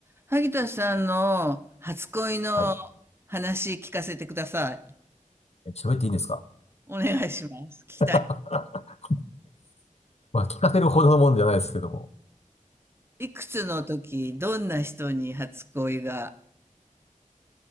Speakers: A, on the right; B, on the left.
A: 萩田さんの初恋の
B: はい。
A: 話聞かせてください。
B: え喋っていいんですか
A: お願いします。聞きたい。
B: <laughs> まあ、聞かせるほどのもんじゃないですけども。
A: いくつの時、どんな人に初恋が。